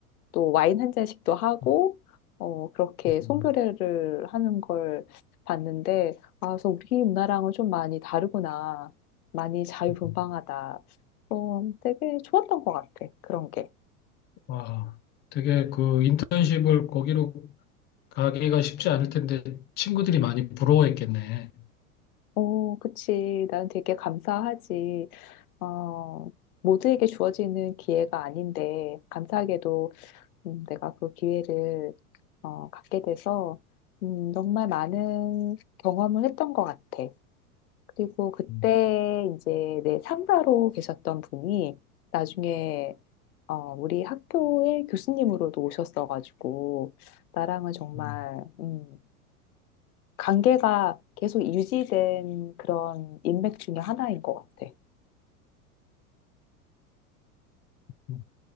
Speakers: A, on the left; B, on the left.
A: 또 와인 한 잔씩도 하고
B: 음,
A: 어 그렇게 송별회를
B: 음,
A: 하는 걸 봤는데 아 그래서 우리 문화랑은 좀 많이 다르구나 많이 자유분방하다
B: 음.
A: 어 되게 좋았던 것 같아 그런
B: 와, 되게 그 인턴십을 거기로 가기가 쉽지 않을 텐데 친구들이 많이 부러워했겠네.
A: 게어 그치 난 되게 감사하지 어 모두에게 주어지는 기회가 아닌데 감사하게도 음, 내가 그 기회를 어, 갖게 돼서 음, 정말 많은 경험을 했던 것 같아. 그리고 그때
B: 음,
A: 이제 내 상사로 계셨던 분이 나중에 어, 우리 학교의 교수님으로도 오셨어가지고 나랑은 정말
B: 음,
A: 음, 관계가 계속 유지된 그런 인맥 중에 하나인 것 같아.
B: 음.